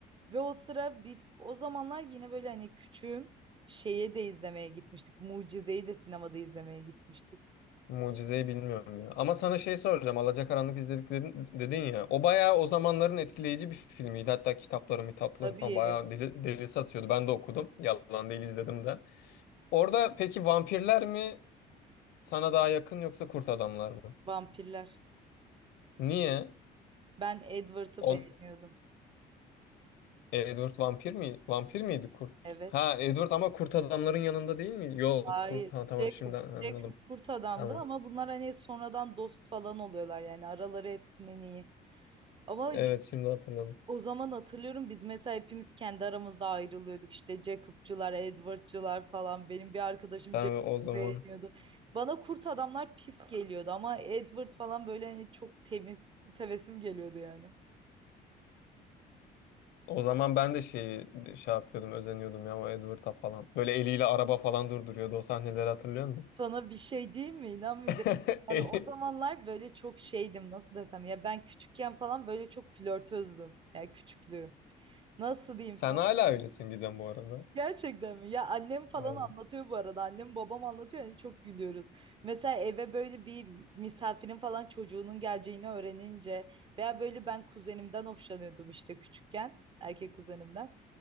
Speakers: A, on the right; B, on the left.
A: Ve o sıra bir o zamanlar yine böyle hani küçüğüm şeye de izlemeye gitmiştik. Mucize'yi de sinemada izlemeye gitmiştik.
B: Mucizeyi bilmiyorum ya. Ama sana şey soracağım. Alacakaranlık izledik dedin, dedin ya. O bayağı o zamanların etkileyici bir filmiydi. Hatta kitapları, mitapları
A: Tabii
B: falan bayağı deli, deli satıyordu. Ben de okudum. Yalan değil izledim de. Orada peki vampirler mi sana daha yakın yoksa kurt adamlar mı?
A: vampirler.
B: Niye?
A: Ben Edward'ı
B: On,
A: beğeniyordum.
B: Edward vampir mi? Vampir miydi kurt?
A: Evet.
B: Ha Edward ama kurt adamların yanında değil mi? Yok
A: Hayır.
B: kurt. Ha tamam
A: Jacob.
B: şimdi anladım.
A: Jacob kurt adamdı
B: Tamam.
A: ama bunlar hani sonradan dost falan oluyorlar yani araları hepsinin iyi. Ama
B: Evet şimdi hatırladım.
A: O zaman hatırlıyorum biz mesela hepimiz kendi aramızda ayrılıyorduk işte Jacob'cular, Edward'cular falan. Benim bir arkadaşım
B: Tamam
A: Jacob'u
B: o zaman.
A: beğeniyordu. Bana kurt adamlar pis geliyordu ama Edward falan böyle hani çok temiz sevesim geliyordu yani.
B: O zaman ben de şeyi şey yapıyordum, özeniyordum ya o Edward'a falan. Böyle eliyle araba falan durduruyordu. O sahneleri hatırlıyor musun?
A: Sana bir şey diyeyim mi? İnanmayacaksın.
B: <laughs>
A: Yani
B: Eli-
A: o zamanlar böyle çok şeydim nasıl desem ya ben küçükken falan böyle çok flörtözdüm. Yani küçüklüğüm. Nasıl diyeyim
B: Sen
A: sana?
B: hala öylesin Gizem bu arada.
A: Gerçekten mi? Ya annem falan
B: Evet.
A: anlatıyor bu arada. Annem babam anlatıyor yani çok gülüyoruz. Mesela eve böyle bir misafirin falan çocuğunun geleceğini öğrenince veya böyle ben kuzenimden hoşlanıyordum işte küçükken. Erkek kuzenimden.